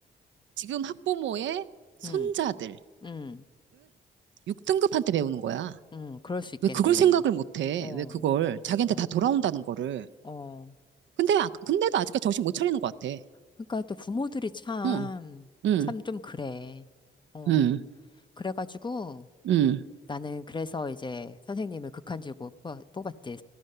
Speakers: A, on the right; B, on the left.
A: 지금 학부모의 손자들은
B: 응, 응,
A: 6등급한테 배우는 거야.
B: 응, 그럴 수 있겠네.
A: 왜 그걸 생각을 못 해?
B: 어,
A: 왜 그걸 자기한테
B: 어,
A: 다 돌아온다는 거를.
B: 어.
A: 근데 아- 근데도 아직까지 정신 못 차리는 것 같아.
B: 그러니까 또 부모들이 참,
A: 응. 응.
B: 참 좀 그래. 어,
A: 응.
B: 그래가지고,
A: 응.
B: 나는 그래서 이제 선생님을 극한직으로 뽑아- 뽑았지.